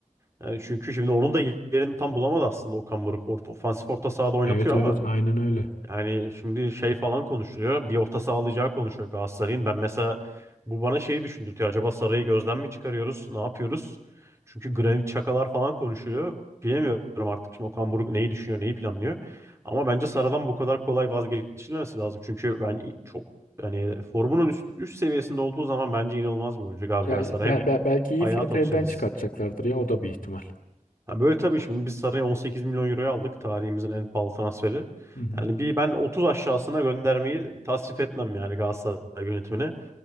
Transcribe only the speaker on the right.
Yani çünkü şimdi onun da yerini tam bulamadı aslında Okan Buruk. Or- Ofansif orta sahada oynatıyor
ama
yani şimdi şey falan konuşuluyor. Bir orta saha alacağı konuşuyor Galatasaray'ın. Ben mesela bu bana şeyi düşündürtüyor. Acaba Saray'ı gözden mi çıkarıyoruz? Ne yapıyoruz? Çünkü Granit Çakalar falan konuşuluyor. Bilemiyorum artık şimdi Okan Buruk neyi düşünüyor, neyi planlıyor. Ama bence Saray'dan bu kadar kolay vazgeçilmemesi lazım. Çünkü ben çok hani formunun üst, üst seviyesinde olduğu zaman bence inanılmaz bir oyuncu Gabriel
Saray.
Hem
ayağı
tok
temiz.
Ha, böyle tabii şimdi biz Saray'ı 18 milyon euroya aldık. Tarihimizin en pahalı transferi.
Yani bir ben 30 aşağısına göndermeyi tasvip etmem yani Galatasaray yönetimine.